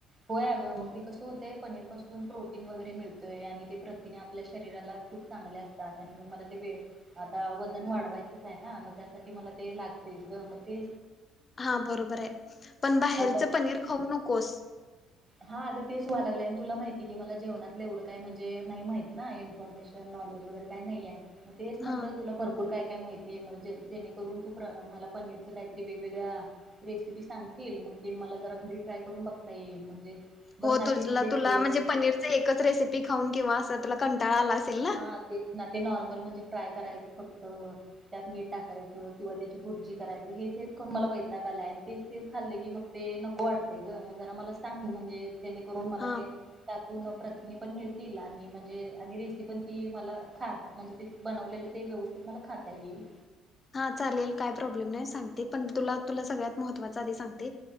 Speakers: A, on the right; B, on the left.
A: होय आग मग ते कस होतेय पनीर पासून प्रोटीन वगैरे मिळतय, आणि ते प्रतिने आपल्या शरीराला खूप चांगले असतात. आणि मग मला ते वे आता वजन वाढवायचेच आहे ना मग त्यासाठी मला ते लाग तेच ग म ते
B: हा बरोबर आहे, पण बाहेरच
A: आता
B: पनीर खाऊ नकोस.
A: हा अग तेच व्हाय लागलेय आणि तुला माहितीय की मला जेवणातलं एवढं काही म्हणजे नाही माहित ना इन्फॉर्मेशन नॉलेज वगैरे काही नाही आहे. तेच म्हटलं
B: हा
A: तुला भरपूर काय काय माहितीय, मग जेणेकरून तू मला पनीरच काहीतरी वेगवेगळ्या रेसिपी सांगशील, मग ते मला जरा घरी ट्राय करून बघता येईल, <unintelligible>
B: हो
A: ना
B: तु
A: तेच तेच
B: तुला
A: ते
B: म्हणजे पनीरची एकच रेसिपी खाऊन किंवा अस तुला कंटाळा आला असेल ना
A: हा तेच ना ते नॉर्मल म्हणजे फ्राय करायचं फक्त, त्यात मीठ टाकायचं, किंवा त्याची भुर्जी करायच, हेच हेच खाऊन मला वैतात आलाय आणि तेच तेच खाल्ले की मग ते नको वाटतेय ग म जरा मला सांग म्हणजे- जेणे करून मला
B: हा
A: ते त प्रतनी पण मिळतील आणि म्हणजे त पण ती मला खात म्हणजे ते बनवलेलं ते व्यवस्थित मला खाता येईल.
B: हा चालेल काय प्रॉब्लेम नाही सांगते पण तु तुला सगळ्यात महत्त्वाचा आधी सांगते